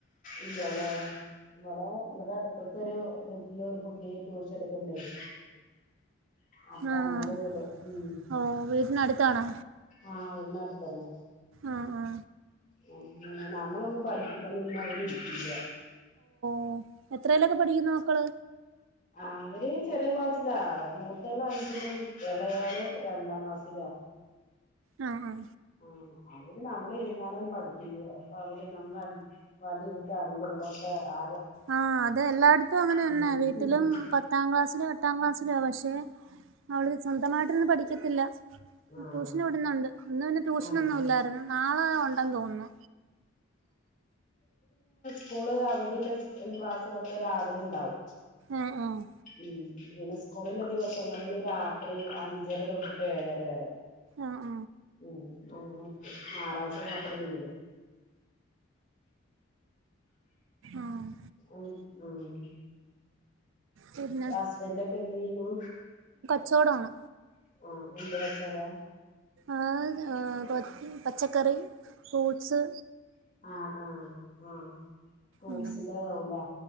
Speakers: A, on the left; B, on the right.
A: ഇല്ലാല്ലേ ഇവടെ ഇവടെ അടുതൊക്കൊരു ഇള്ളൊരു കുട്ടി ട്യൂഷൻ എടുക്ക്ണ്ടായി അപ്പൊ
B: ആഹ്
A: അങ്കട്‌ വിടും ഉം
B: ഓ വീട്ടിനടുത്താണോ
A: ആ നടത്തന്നെ
B: ആ ആ
A: ആ നമ്മളൊന്നും പഠിപ്പിക്കാൻ നിന്നാ അവര് ഇരിക്കില്ല
B: ഓ എത്രേലൊക്കെ പഠിക്കുന്നു മക്കള്
A: ആ അവര് ചെറിയ ക്ലാസ്സിലാ മൂത്താള് അഞ്ചിലും ഇളയാള് രണ്ടാം ക്ലാസ് സിലാ
B: ആ ആ
A: ആ അത് പിന്നെ നമ്മള് ഇരുന്നാലൊന്നും പഠിക്കില്ല <unintelligible> നമ്മ വടി എടുത്തഅങ്കടും ഇങ്കടൊക്കെ ആ
B: ആഹ് അത് എല്ലായിടത്തും അങ്ങനെ തന്നെ
A: ഉം
B: വീട്ടിലും പത്താം ക്ലാസ്സിലും എട്ടാം ക്ലാസിലാ പക്ഷെ അവള് സ്വന്തമായിട്ടൊന്നും പഠിക്കത്തില്ല
A: ആഹ്
B: ട്യൂഷന് വിടുന്നുണ്ട് ഇന്ന് പിന്നെ ട്യൂഷനൊന്നും
A: ആഹ്
B: ഇല്ലായിരുന്നു നാളെ ഒണ്ടെന്നു തോന്നുന്നു
A: സ്കൂളെ അവധിയുള്ള സം ക്ലാസ്സിലൊക്കെ രാവിലെ ഇണ്ടാവും
B: ആഹ് ആഹ്
A: ഉം പിന്നെ സ്കൂളുള്ള ദിവസങ്ങളിലെ രാത്രി അഞ്ചര തൊട്ടിട്ട് ഏഴര വരെ
B: ആഹ്
A: ഉം അങ്ങനൊക്കെ ഞായറാഴ്ച മാത്രം ലീവ്
B: ആഹ് ആഹ്
A: ഉംഉം
B: പിന്നെ
A: ഹസ്ബൻഡ് ഒക്കെ എന്ത് ചെയിണു
B: ച്ചോടാണ്‌
A: ആ എന്ത്‌ കച്ചോടാ
B: ആ ആഹ്‌ പച്ചക്കറി ഫ്രൂട്സ്
A: ആഹ് ആഹ് ആഹ് ഫ്രൂട്ട്സിന്റെ
B: ഉം
A: താവുംല്ലേ